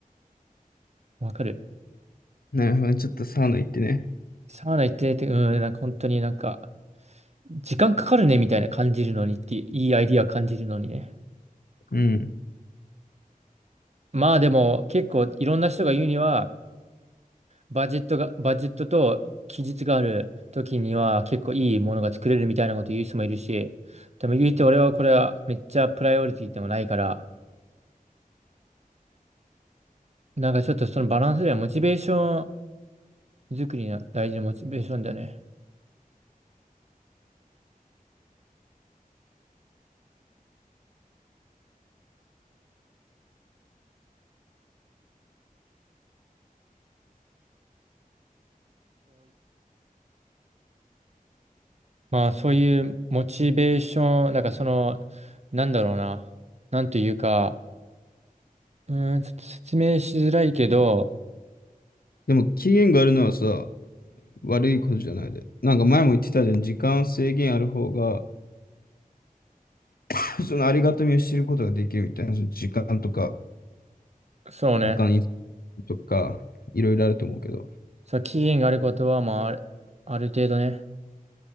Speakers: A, on the right (about 45°); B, on the left (about 80°).
A: わかる
B: なるほど、ちょっとサウナ行ってね。
A: サウナ行ってて、うん、なんか本当になんか、時間かかるねみたいな感じるのにって、いいアイディア感じるのにね。
B: うん。
A: まあでも結構いろんな人が言うには、バジェットが、バジェットと期日がある時には結構いいものが作れるみたいなこと言う人もいるし、でも言うて俺はこれはめっちゃプライオリティでもないから、なんかちょっとそのバランスではモチベーション作りの大事なモチベーションだよね。まあそういうモチベーション、なんかその、なんだろうな、なんというか、うーん、ちょっと説明しづらいけど、
B: でも期限があるのはさ、悪いことじゃないで。なんか前も言ってたじゃん、時間制限ある方が、<laughs> そのありがたみを知ることができるみたいな、その時間とか、
A: そうね。
B: バカにとか、いろいろあると思うけど。
A: そう、期限があることは、まあ、あるある程度ね、